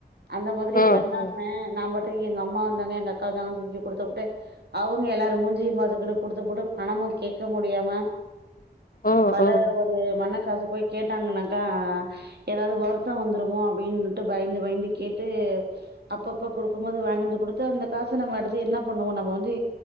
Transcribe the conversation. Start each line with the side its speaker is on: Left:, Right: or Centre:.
Right: அந்த மாதிரி
Left: ம்
Right: பண்ணாம
Left: ம்
Right: நாம் பாட்டு எங்க அம் மா வந்தாங்க எங்க அக்கா வந்தாங்கன் தூக்கி குடுத்துபுட்டு அவங்க எல்லாரு மூஞ்சிய பாத்துகிட்டு குடுத்துபுட்டு பணமு கேக்க முடியாம
Left: ம்
Right: பல
Left: ம்
Right: ஒரு மனக்கச போய் கேட்டாங்கனாக்கா எதாது வருத்த வந்துருமோ அப்டின்னுட்டு பயந்து பயந்து கேட்டு அப்பப்ப குடுக்கும் போது வேண்டான் சொ குடுத்து அந்த காச நம்ம அடுத்து என்ன பண்ணுவோ நம்ம வந்து